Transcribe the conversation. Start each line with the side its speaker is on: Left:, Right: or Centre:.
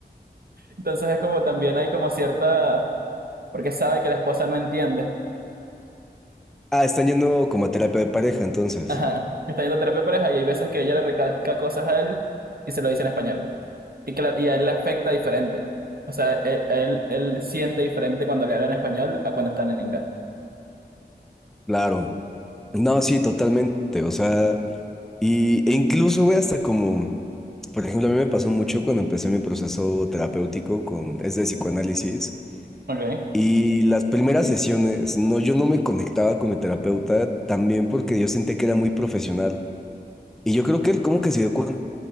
Right: Entonces es como también hay como cierta, porque sabe que la esposa no entiende.
Centre: Ah, están yendo como a terapia de pareja, entonces.
Right: Ajá, está yendo a terapia de pareja y hay veces que ella le recalca cosas a él y se lo dice en español. Y, que la- y a él le afecta diferente. O sea, él, él, él siente diferente cuando le hablan en español a cuando están en inglés.
Centre: Claro. No, sí, totalmente. O sea, y, e incluso, güey, hasta como, por ejemplo, a mí me pasó mucho cuando empecé mi proceso terapéutico con, es de psicoanálisis.
Right: Ok.
Centre: Y las primeras sesiones, no, yo no me conectaba con mi terapeuta también porque yo sentía que era muy profesional. Y yo creo que él como que se dio cuenta